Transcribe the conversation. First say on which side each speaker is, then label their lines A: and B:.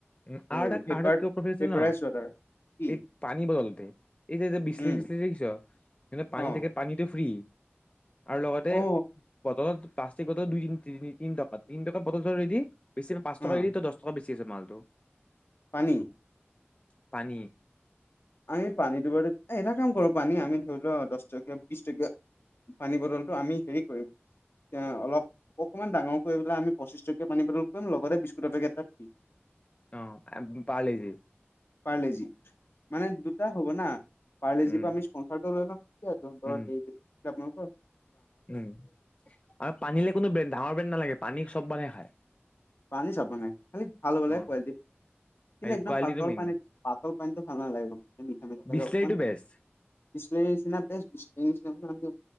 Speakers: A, on the left; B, on the left.
A: উম,
B: তোৰ
A: আৰু এটা
B: পেপাৰ
A: আৰু এটা কিবা প্ৰফিট আছে
B: পেপাৰাইছ্‌
A: ন?
B: ৱাটাৰ। কি?
A: এই পানী বতলটো, এতিয়া যে বিচলেৰি
B: উম
A: -চিচলেৰি দেখিছ? এতিয়া
B: অ
A: পানী থাকে। পানীটো ফ্ৰী আৰু লগতে
B: অ
A: বটলত প্লাষ্টিক বটল দুই তিনি তিনিটকাত, তিনটকাত বটলটো ৰেদি। বেছি নহয় পাঁচ
B: অ
A: চবেইটো দহ টকাত বেছি আছে মালটো।
B: পানী?
A: পানী।
B: আমি পানীটো বাৰু এটা কাম কৰক। পানী আমি ধৰি লোৱা দহ টকীয়া বিশ টকীয়া পানী বটলটো আমি হেৰি কৰিম। এ অলপ অকণমান ডাঙৰ কৰিপেলাই আমি পঁচিচটকীয়া পানী বটল কৰিম। লগতে বিস্কুটৰ পেকেট এটা
A: অঁ, এবটো পাৰ্লেজি
B: পাৰলেজি মানে দুটা হ'ব না। পাৰলেজিৰ
A: উম
B: পৰা আমি কনচালটো লৈ লম। কি আছে দৌৰা
A: উম
B: -দৌৰিৰ যাব কত?
A: উম', ঐ পানীলে কোনো ডাঙৰ ব্ৰেণ্ড নালাগে। পানী চব্‌ মানুহে খায়।
B: পানী চাব নাই, খালি ভাল হব লাগে
A: অ
B: কোৱালিটি। কিন্তু
A: হেৰি
B: একদম
A: কোৱালিটিটো
B: পাতল
A: মেইন
B: পানী, পাতল পানীটো ভাল নালাগে একদম। মিঠা-মিঠা লাগে
A: বিচলেৰীটো
B: অকণমান
A: বেষ্ট
B: বিচলেৰী নিচিনা টেষ্ট, বিচলাৰি নিচিনা নাই দিয়ক।।